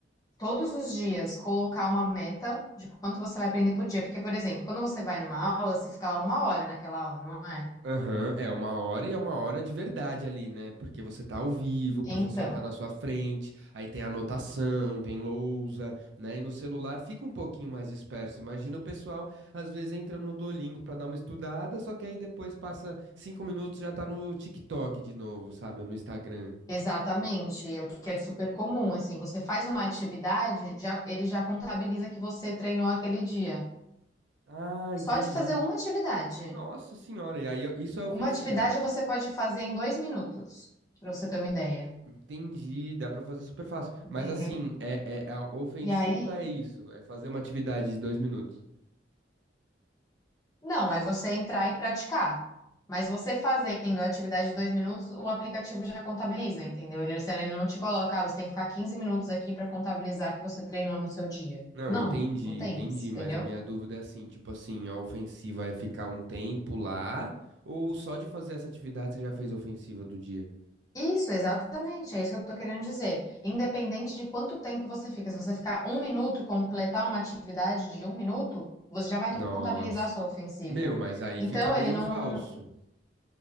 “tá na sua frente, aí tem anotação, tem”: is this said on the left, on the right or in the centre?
Right